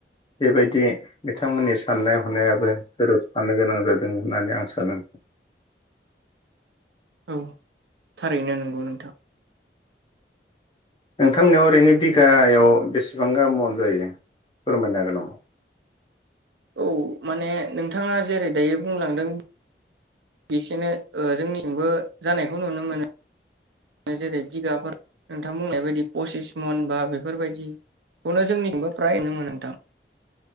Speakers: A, on the left; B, on the right.
A: बेबायदि बिथांमोननि साननाय हनायाबो गोरोबफानो गोनां जादों होननानै आं सानो
B: औ थारैनो नंगौ नोंथां
A: नोंथांनियाव ओरैनो बिगायाव बेसेबां गाहाम मन जायो फोरमायनो हागोन नामा?
B: औ माने नोंथाङा जेरै दायो बुंलांदों बिसेनो ओ जोंनिथिंबो जानायखौ नुनो मोनो जेरै बिगाफोर नोंथां बुंनाय बायदि पसिस मन बा बेफोरबायदिखौनो जोंनिबो फ्राय नुनो मोनो नोंथां।